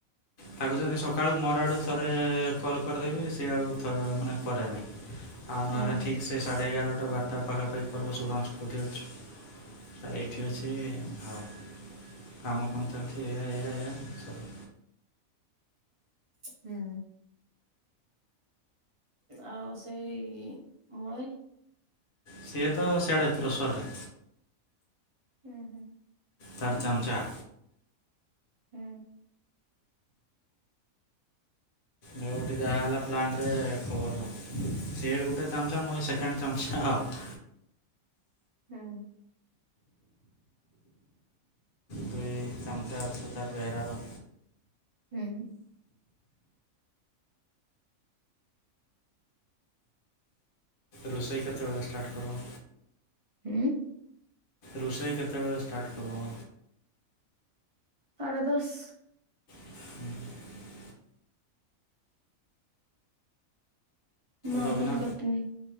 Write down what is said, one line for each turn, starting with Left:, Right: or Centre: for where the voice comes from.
Left: ତାଗୁ ଯଦି ସକାଳୁ ମୋର ଆଡ଼ୁ ଥରେ କଲ୍ କରିଦେବି ସିଏ ଆଉ ଥ ମାନେ କରେ ନାହିଁ। ଆଉ ନହେଲେ
Right: ହୁଁ
Left: ଠିକ ସେ ସାଢେ ଏଗାରଟା ବାରଟା ପାଖାପାଖି ପର୍ବ <unintelligible> କୋଉଠି ଅଛୁ? ସାର ଏଇଠି ଅଛି। ଆଉ କାମ କନ ଚାଲଚି ଏଆ ଏଆ ଏଆ ଚାଲ।
Right: ହୁଁ। ଆଉ ସେଇ ମଳେଇ
Left: ସିଏ ତ ସିଆଡେ କ୍ରସରରେ।
Right: ହୁଁ ହୁଁ।
Left: ତାର ଚାମ୍ଚା।
Right: ହୁଁ।
Left: ଯୋଉଠି ଯାହା ହେଲା ପ୍ଲାଣ୍ଟରେ ଖବର ଦବ ସିଏ ଗୋଟେ ଚାମ୍ଚା ମୁଇ ସେକେଣ୍ଡ୍ ଚାମ୍ଚା ଆଉ।
Right: ହୁଁ।
Left: ଦୁଇ ଚାମ୍ଚା ଅଛୁ ତାର ବେହେରାର।
Right: ହୁଁ।
Left: ରୋଷେଇ କେତେବେଳେ ଷ୍ଟାର୍ଟ୍ କର?
Right: ହୁଁ।
Left: ରୋଷେଇ କେତେବେଳେ ଷ୍ଟାର୍ଟ କର୍ ବ?
Right: ସାଢ଼େ ଦଶ୍।
Left: ହୁଁ।
Right: ମା
Left: ରବିନା
Right: ଫୋନ କରିଥିଲି